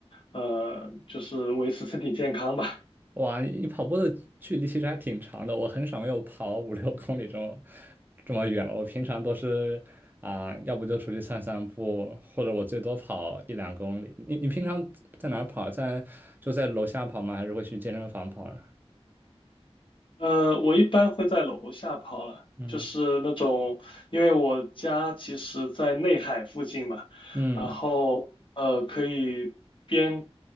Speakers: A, on the left; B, on the right.
A: 呃，就是维持身体健康吧。
B: 哇，你跑步的距离其实还挺长的，我很少有跑五六公里这么这么远了。我平常都是啊、要不就出去散散步，或者我最多跑一两公里。你你平常在哪儿跑？在就在楼下跑吗？还是会去健身房跑啊？
A: 呃，我一般会在楼下跑了，
B: 嗯
A: 就是那种，因为我家其实在内海附近嘛，
B: 嗯。
A: 然后呃，可以边